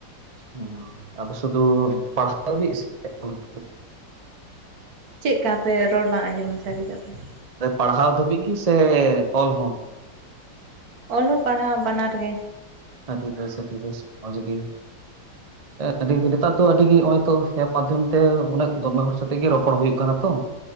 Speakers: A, on the right (about 40°); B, on the right (about 60°).
A: ᱚ, ᱟᱫᱚ ᱥᱩᱫᱩ ᱯᱟᱲᱦᱟᱣ <unintelligible>
B: ᱪᱮᱫ ᱠᱟ ᱯᱮ ᱨᱚᱲ ᱵᱟᱝ ᱟᱸᱡᱚᱢ ᱥᱟᱵᱤᱫᱚᱫ ᱠᱟᱱᱟ?
A: ᱯᱟᱲᱦᱟᱣ ᱫᱷᱟᱹᱵᱤᱡ ᱜᱮ ᱥᱮ ᱚᱞ ᱦᱚᱸ-?
B: ᱚᱞᱚᱜ ᱯᱟᱲᱦᱟᱣ ᱵᱟᱱᱟᱨ ᱜᱮ᱾
A: ᱟᱹᱰᱤ ᱵᱮᱥ ᱟᱹᱰᱤ ᱵᱮᱥ ᱢᱚᱡᱽ ᱜᱮ᱾
B: <unintelligible>
A: <unintelligible> ᱱᱮᱛᱟᱨ ᱫᱚ ᱟᱹᱰᱤ ᱜᱮ ᱱᱚᱼᱚᱭ ᱛᱚ ᱮᱯ ᱢᱟᱫᱽᱫᱷᱚᱢ ᱛᱮ ᱩᱱᱟᱹᱜ ᱫᱚᱢᱮ ᱦᱚᱲ ᱥᱟᱛᱮᱜ ᱜᱮ ᱨᱚᱯᱚᱲ ᱦᱩᱭᱩᱜ ᱠᱟᱱᱟ ᱛᱚ᱾